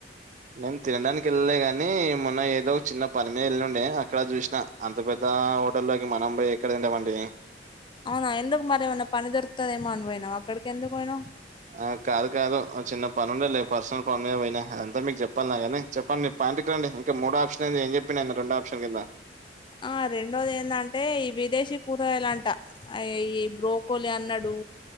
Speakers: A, on the right; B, on the left.
A: నేను తినడానికి యెళ్ళలే గాని మొన్న ఏదో చిన్న పని మీద యెళ్ళిండే అక్కడ జూసినా అంత పెద్ద ఆ హోటల్లోకి మనం బోయి ఎక్కడ తింటామండి.
B: అవునా ఎందుకు మరి ఏమన్నా పని దొరుకుతదేమో అని బోయినవా అక్కడికి ఎందుకు పోయినవ్
A: ఆ కాదు కాదు చిన్న పని ఉండేలే పర్సనల్ పని మీద పోయినా అది అంతా మీకు జెప్పాల్ నా గానీ చెప్పండి మీ ఆంటికి రండి ఇంకా మూడో ఆప్షన్ ది ఏం జెప్పిన రెండో ఆప్షన్ కిందా
B: ఆ రెండోది ఏందంటే ఈ విదేశీ కూరగాయలంట ఈ బ్రోకోలీ అన్నడు